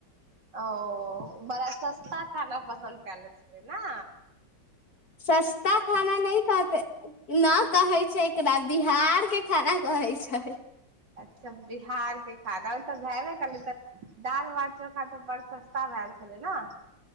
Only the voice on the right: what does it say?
ओ बड़ सस्त खाना पसन्द कल छल ने
अच्छा बिहारके खादा ओ तऽ भएबे कै तऽ दाल भात चोखा तऽ बड़ सस्ता भेलए छलै ने आ